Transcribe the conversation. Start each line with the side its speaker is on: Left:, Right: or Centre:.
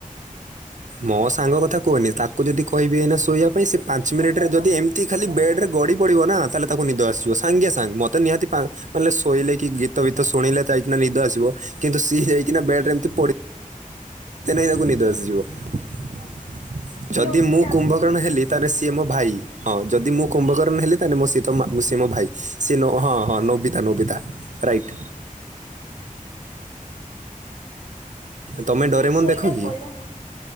Right: ମୋ ସାଙ୍ଗ କଥା କୁହନି ତାକୁ ଯଦି କହିବି ଏଇନା ଶୋଇବା ପାଇଁ ସେ ପାଞ୍ଚ ମିନିଟରେ ଯଦି ଏମତି ତି ଖାଲି ବେଡ଼୍ରେ ଗଡ଼ି ପଡ଼ିବ ନା ତାହେଲେ ତାକୁ ନିଦ ଆସିବ ସାଙ୍ଗେ ସାଙ୍ଗେ ମୋତେ ନିହାତି ମାନେ ଶୋଇଲେ କି ଗୀତ ଫିତ ଶୁଣିଲେ କାଇକିନା ନିଦ ଆସିବ କିନ୍ତୁ ସିଏ ଯାଇକିନା ବେଡ ରେମତି ପ ତାକୁ ନିଦ ଆସିଯିବ ଯଦି
Left: ନୋବିତା
Right: ମୁଁ କୁମ୍ଭ କ ଣ ହେଲି ତ ସିଏ ମୋ ଭାଇ ହଁ ଯଦି ମୁଁ କୁମ୍ଭକର୍ଣ ହେଲି ତାେ ମୋ ସ ସିଏ ମୋ ଭାଇ। ସେ ନ ହଁ ହଁ ନୋବିତା ନୋବିତା ରାଇଟ। ତମେ ଡୋରେମନ୍
Left: ଏ ଶୋଇଟା
Right: ଦେଖ କି
Left: ଭଲ ନା